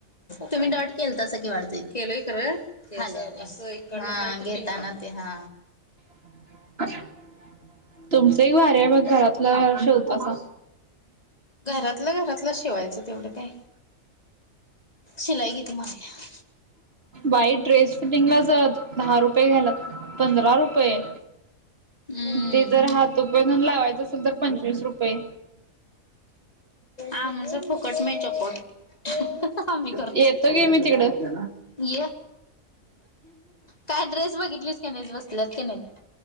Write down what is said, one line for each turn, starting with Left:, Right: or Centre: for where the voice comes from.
Left: तुम्ही डॉट केलतासं की वाढतय केलंय खरं. हा घेताना ते हा.
Right: <inaudible> तुमचं एक वार वर घरातलं शेवतसा?
Left: घरातलं घरातलं शिवायचं तेवढं काय शिलाई किती महाग य.
Right: बाई ड्रेस फिटिंगलाच जर दहा रुपये घ्यालात पंधरा रुपये
Left: हम्म
Right: ते जर हात तुपे चन लावायचं असेल तर पंचवीस रुपये.
Left: आमच फुकट नाय चकोट आम्ही करत
Right: येतो गे मी तिकडं.
Left: ये काय ड्रेस बघितलीस? त्यांनीच बसल्यात की नाहीत.